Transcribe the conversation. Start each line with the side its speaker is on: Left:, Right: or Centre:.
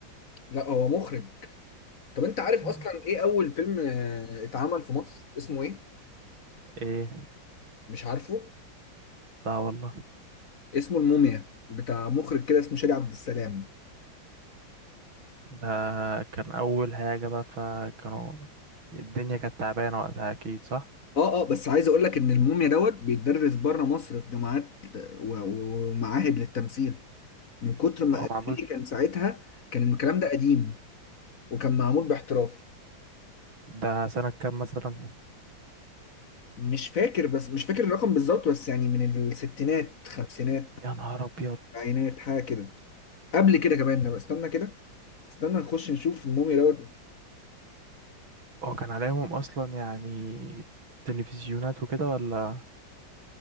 Left: لا هو مخرج طب انت عارف
Right: مم.
Left: اصلا ايه اول فيلم آه، اتعمل في مصر اسمه ايه
Right: ايه
Left: مش عارفه
Right: لا والله
Left: اسمه الموميا بتاع مخرج كده اسمه شادي عبد السلام
Right: ده كان اول حاجه بقى فكانوا الدنيا كانت تعبانه وقتها اكيد صح
Left: اه اه بس عايز اقول لك ان الموميا دوت بيتدرس بره مصر في جامعات و- و- ومعاهد للتمثيل من كتر ما
Right: هو معمول
Left: فيه كان ساعتها كان الكلام ده قديم وكان معمول باحتراف
Right: ده سنه كام مثلا
Left: مش فاكر بس مش فاكر الرقم بالظبط بس يعني من الستينات خمسينات
Right: يا نهار ابيض
Left: عينات حاجة كده قبل كده كمان ده استنى كده استنى نخش نشوف مومي دوت
Right: هو كان عليهم اصلا يعني تلفزيونات وكده ولا